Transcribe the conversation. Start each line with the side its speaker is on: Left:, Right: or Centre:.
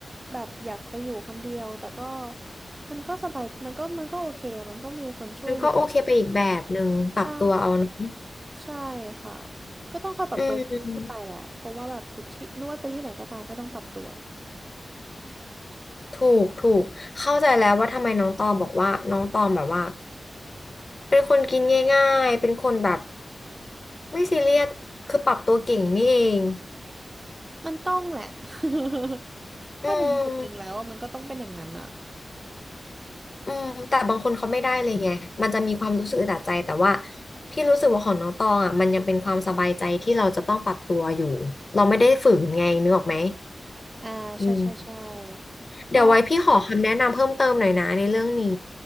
Right: แบบอยากไปอยู่คนเดียวแต่ก็มันก็สบายมันก็มันก็โอเคมันก็มีคนช่วยเหลือ
Left: มันก็โอเคไปอีกแบบหนึ่งปรับตัวเอาเนอะ
Right: ใช่ใช่ค่ะก็ต้องคอยปรับตัวทุกที่ไปแหละเพราะว่าแบบทุกที่ไม่ว่าจะที่ไหนก็ตามก็ต้องปรับตัว
Left: อืม ถูกถูกเข้าใจแล้วว่าทำไมน้องตองบอกว่าน้องตองแบบว่าเป็นคนกินง่ายๆเป็นคนแบบไม่ซีเรียสคือปรับตัวเก่งนี่เอง
Right: มันต้องแหละ <laughs> ถ้าถึงจุดหนึ่งแล้วอะมันก็ต้องเป็นอย่างนั้นอ่ะ
Left: อืมอืมแต่บางคนเขาไม่ได้เลยไงมันจะมีความรู้สึกอึดอัดใจแต่ว่าพี่รู้สึกว่าของน้องตองอ่ะมันยังเป็นความสบายใจที่เราจะต้องปรับตัวอยู่เราไม่ได้ฝืนไงนึกออกไหม
Right: อ่าใช่ใช่ใช่
Left: อืม เดี๋ยวไว้พี่ขอคำแนะนำเพิ่มเติมหน่อยนะในเรื่องนี้
Right: ก็